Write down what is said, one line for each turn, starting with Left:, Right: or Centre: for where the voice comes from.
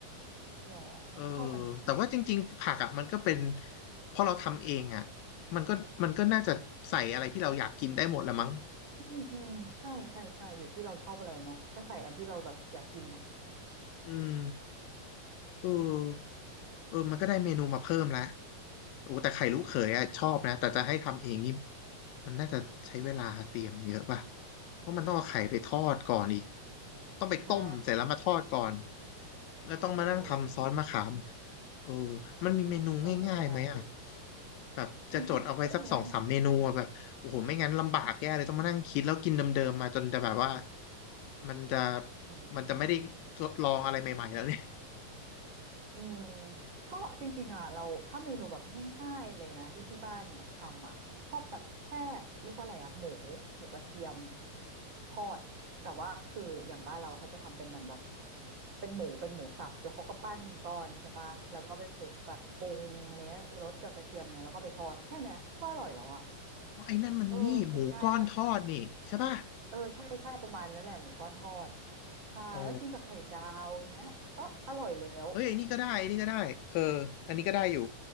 Right: หรอมันก็เข้ากันอยู่ใช่ไหม
Left: เออแต่ว่าจริงๆผักอ่ะมันก็เป็นพอเราทำเองอ่ะมันก็มันก็น่าจะใส่อะไรที่เราอยากกินได้หมดละมั้ง
Right: อืมอืมใช่ใช่ใช่อยู่ที่เราชอบอะไรเนาะก็ใส่อันที่เราแบบอยากกินอะ
Left: อืม เออ
Right: อือ
Left: เออมันก็ได้เมนูมาเพิ่มแล้วโอ้แต่ไข่ลูกเขยอะชอบนะแต่จะให้ทำเองนี่มันน่าจะใช้เวลาเตรียมเยอะป่ะเพราะมันต้องเอาไข่ไปทอดก่อนอีกต้องไปต้มเสร็จแล้วมาทอดก่อน
Right: ใช่
Left: แล้วต้องมานั่งทำซอสมะขาม
Right: โอ้
Left: เออมันมีเมนูง่ายๆไหมอ่ะ
Right: ก็ใช้เวลาอยู่
Left: แบบจะจดเอาไว้สักสองสามเมนูอะแบบโอ้โหไม่งั้นลำบากแย่เลยต้องมานั่งคิดแล้วกินเดิมๆมาจนจะแบบว่า
Right: <laughs> ได้หนูเองนะ
Left: มันจะ
Right: อืมอืม
Left: มันจะไม่ได้ทดลองอะไรใหม่ๆแล้วเนี่ย
Right: อืมก็จริงๆอ่ะเราถ้าเมนูแบบง่ายๆเลยนะที่ที่บ้านทำอ่ะชอบแบบแค่เรียกว่าอะไรอ่ะหมูหมูกระเทียมทอดแต่ว่าคืออย่างบ้านเราเขาจะทำเป็นเหมือนแบบเป็นหมูเป็นหมูสับแล้วเขาก็ปั้นเป็นก้อนใช่ปะแล้วก็ไปคลุกแบบปรุงอะไรเงี้ยรสกับกระเทียมเนี่ยแล้วก็ไปทอดแค่เนี้ยก็อร่อยแล้วอ่ะ
Left: อ๋อไอ้นั่นมันนี่หมูก้อนทอดนี่ใช่ป่ะ
Right: เออกินง่ายด้วยเออใช่ใช่ประมาณนั้นแหละหมูก้อนทอดใช่แล้วกินกับไข่ดาวเงี้ยก็อร่อยแล้ว
Left: อ๋อเฮ้ยไอ้นี่ก็ได้ไอ้นี่ก็ได้เอออันนี้ก็ได้อยู่